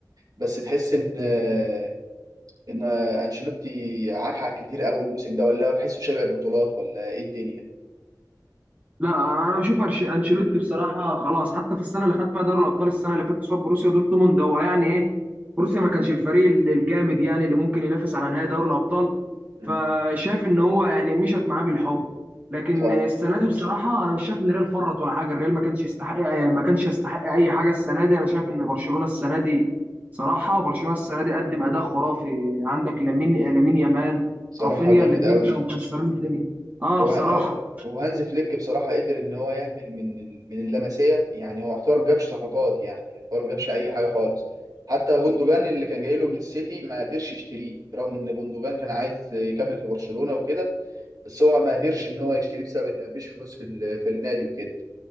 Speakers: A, on the right (about 55°); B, on the right (about 20°).
A: بس تحس إن آه، إن آه، أنشيلوتي عكعك كتير قوي الموسم ده ولا هو تحسه شبع بطولات ولا إيه الدنيا
B: لا انا بشوف أرش- انشيلوتي بصراحه خلاص حتى في السنه اللي خد فيها دوري الابطال السنه اللي فاتت قصاد بروسيا دورتموند هو يعني ايه بروسيا
A: مم.
B: ما كانش الفريق ال- الجامد يعني اللي ممكن ينافس على نهائي دوري الابطال
A: مم.
B: فشاف ان هو يعني مشت معاه بالحب لكن
A: صح
B: السنه دي بصراحه انا مش شايف ان الريال فرط ولا حاجه الريال ما كانش يستحق ما كانش يستحق اي حاجه السنه دي انا شايف ان برشلونه السنه دي صراحه برشلونه السنه دي قدم اداء خرافي عندك لامين لامين يامال
A: بصراحة
B: رافينيا
A: جامد
B: الاثنين
A: قوي
B: كانوا مكسرين الدنيا اه
A: هو
B: بصراحه
A: وهانز فليك بصراحة قدر إن هو يعمل من ال- من اللمسية يعني هو يعتبر ما جابش صفقات يعني يعتبر ما جابش أي حاجة خالص حتى جوندوجان اللي كان جاي له من السيتي ما قدرش يشتريه رغم إن جوندوجان كان عايز يكمل في برشلونة وكده بس هو ما قدرش إن هو يشتريه بسبب إن ما فيش فلوس في ال- في النادي وكده